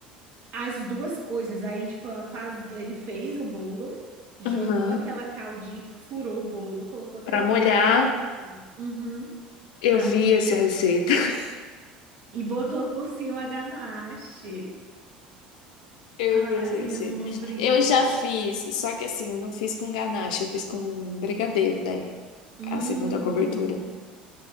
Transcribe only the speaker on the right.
As duas coisas. Aí, tipo, ela faz, ele fez o bolo, jogou
aquela caldinha, tipo, furou o bolo, colocou aquela,
ai, eu vou ter que fazer isso. Uhum.
Pra
mo-
e botou por cima a ganache.
Ai,
minhas lombrigas.
Hum.